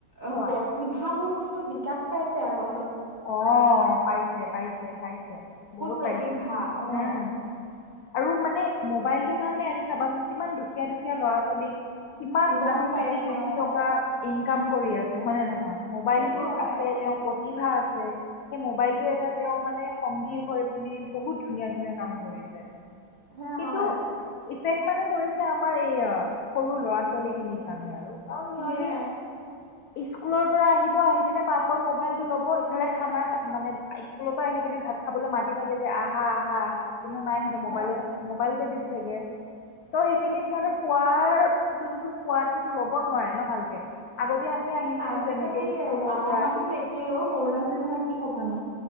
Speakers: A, on the right; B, on the left.
A: অ
B: কোৱা
A: প্ৰতিভাবোৰ কিন্তু বিকাশ পাইছে আকস্ম
B: অঁ পাইছে পাইছে পাইছে বহুত
A: প্ৰতিভা
B: পাইছে,
A: অ',
B: উম আৰু মানে মোবাইলটোৰ কাৰণে আজি চাবাচোন কিমান দুখীয়া দুখীয়া ল'ৰা ছোৱালী কিমান
A: গম
B: আজি
A: পাইছে
B: কোটি কোটি
A: অ',
B: টকা ইনকাম কৰি আছে হয় নে নহয়? মোবাইলটোত
A: সেইটো হয়
B: আছে,
A: অ'।
B: তেওঁৰ প্ৰতিভা আছে সেই মবাইলতটো এটা তেওঁ মানে সংগী হৈ পিনে বহুত ধুনীয়া ধুনীয়া কাম কৰিছে।
A: সেয়া
B: কিন্তু
A: হয়
B: ইফেক্ মানে কৰিছে আমাৰ এইয়া সৰু ল'ৰা ছোৱালী খিনিৰ কাৰণে আৰু। কাৰণ সিহঁতি
A: সেয়াই
B: স্কুলৰ পৰা আহিব আহি পিনে মাকৰ মোবাইল টো ল'ব ইফালে খানা মানে স্কুলৰ পৰা আহি পিনে ভাত খাবলৈ মাতি থাকে যে আহা আহা আহা কিন্তু নাই সিহঁতে
A: হয়
B: মোবাইলত
A: অ',
B: হ বিজি থাকে ত সেইখিনি
A: উম।
B: সিহঁতে খোৱাৰ যোনটো সোৱাদ সেইটো ল'ব নোৱাৰে ন ভালকে আগতে আমি আহিছিলো
A: আজিকালি
B: যেনেকে স্কুলৰ
A: ডাঙৰ
B: পৰা
A: মানুহও
B: আহি
A: একেই অ সৰু ল'ৰা ছোৱালীৰ কথা কি কবানো